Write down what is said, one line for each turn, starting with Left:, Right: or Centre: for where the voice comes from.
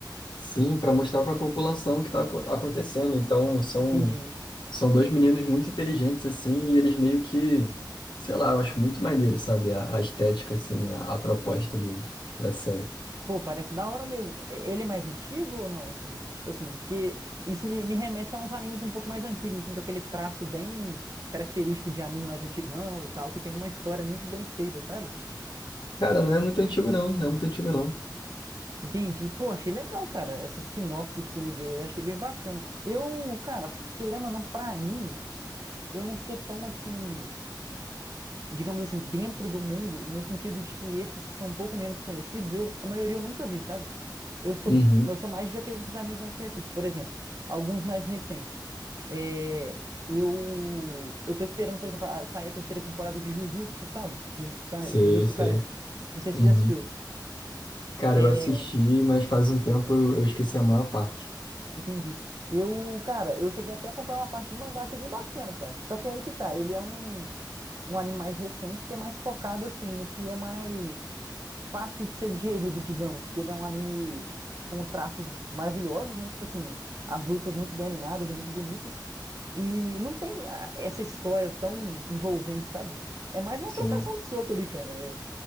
Left: Sim, para mostrar para a população o que está acontecendo. Então, são,
Right: Entendi.
Left: são dois meninos muito inteligentes, assim, e eles meio que, sei lá, eu acho muito maneiro, sabe? A, a estética, assim, a, a proposta do, da série.
Right: Pô, parece da hora mesmo. E- Ele é mais antigo ou não? Assim, tipo assim, porque isso me, me remete a uns animes um pouco mais antigos, assim, com aquele traço bem característico de anime mais antigão e tal, que tem uma história muito bem feita, sabe?
Left: Cara, não é muito antigo, não. Não é muito antigo, não.
Right: Entendi. Pô, achei legal, cara. Essa sinopse que você me deu, eu achei bem bacana. Eu, cara, querendo ou não, pra anime, eu não sou tão assim, digamos assim, dentro do mundo, no sentido de que esses que são um pouco menos conhecidos, eu, a maioria eu nunca vi, sabe? Eu sou,
Left: Uhum.
Right: eu sou mais, de já teve os animes mais conhecidos. Por exemplo, alguns mais recentes. É, eu, eu tô esperando, por exemplo, a- sair a terceira temporada de Jujutsu, sabe? Jujutsu, Kai-
Left: Sei,
Right: Jujutsu
Left: sei.
Right: Kaisen. Não sei se
Left: Uhum.
Right: você já assistiu.
Left: Cara,
Right: É,
Left: eu assisti, mas faz um tempo eu, eu esqueci a maior parte.
Right: entendi. Eu, cara, eu cheguei até a acompanhar uma parte do mangá, achei bem bacana, cara. Só que aí que tá, ele é um. um anime mais recente que é mais focado assim no que é mais fácil de ser digerido, digamos, porque ele é um anime com traços maravilhosos, né? Tipo assim, as lutas muito bem animadas e muito bonitas. E não tem a- essa história tão envolvente, sabe? É mais uma
Left: Sim.
Right: trocação de soco ali, cara. É